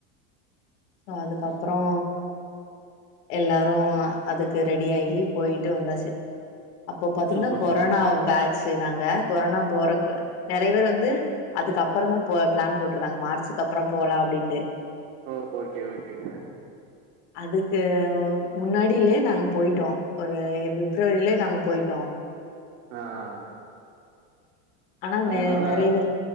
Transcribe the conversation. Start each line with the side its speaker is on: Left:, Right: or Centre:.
Left: சோ அதுக்கப்பறோ எல்லாரு அதுக்கு ரெடி ஆகி பொயிட்டு வந்தாச்சு அப்போ பாத்தீங்கன்னா
Right: சூப்பர்
Left: கொரோனா
Right: சூப்பர்
Left: பேட்ஜு நாங்க கொரோனா போறக்க நெறைய பேர் வந்து அதுக்கு அப்பறோந்தா போ ப்ளான் போட்ருந்தாங்க மார்ச்சுக்கு அப்பறோ போலா அப்டின்ட்டு
Right: ஓ ஓகே ஓகேங்க
Left: அதுக்கு முன்னாடிலே நாங்க பொயிட்டோ ஒரு பிப்ரவரிலே நாங்க பொயிட்டோ
Right: ஆ ஆ ஆ
Left: ஆனா
Right: அதுனால
Left: நெ நெறைய பேர்